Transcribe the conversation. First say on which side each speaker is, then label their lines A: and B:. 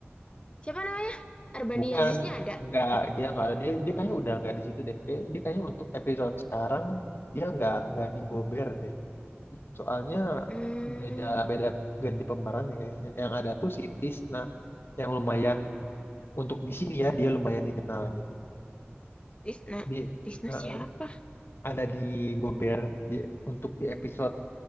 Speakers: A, on the left (about 25°); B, on the left (about 55°).
A: Siapa namanya? Arbani
B: Bukan
A: Yaziznya ada.
B: nggak dia nggak ada dia dia kayaknya udah nggak di situ deh. Kayak- Dia kayaknya untuk episode sekarang dia nggak nggak di Gober deh. Soalnya
A: Hmm,
B: beda beda ganti pemeran nih kayaknya. Yang ada tuh si Tisna yang lumayan untuk di sini ya dia lumayan dikenal gitu.
A: Tisna.
B: Di
A: Tisna
B: nah,
A: siapa?
B: ada di Gober dia untuk di episode